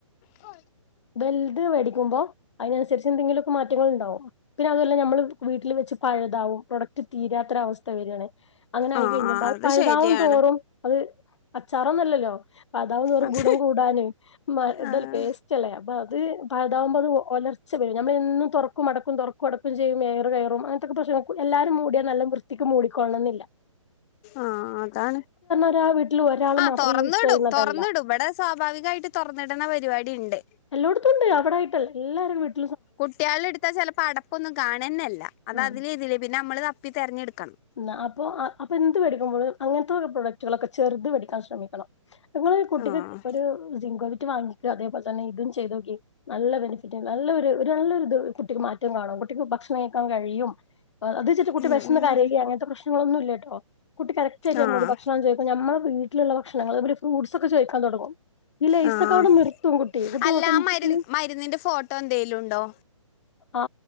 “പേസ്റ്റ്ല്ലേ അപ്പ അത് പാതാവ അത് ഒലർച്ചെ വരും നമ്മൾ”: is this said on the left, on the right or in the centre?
Left